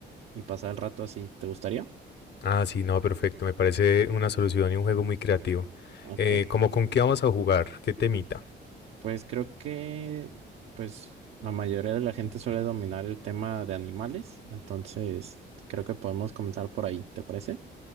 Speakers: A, on the right; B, on the left.
A: y pasar el rato así. ¿Te gustaría?
B: Ah, sí, no, perfecto, me parece una solución y un juego muy creativo.
A: Ok.
B: Eh, ¿cómo con qué vamos a jugar? ¿Qué temita?
A: Pues creo que, pues, la mayoría de la gente suele dominar el tema de animales, entonces creo que podemos comenzar por ahí, ¿te parece?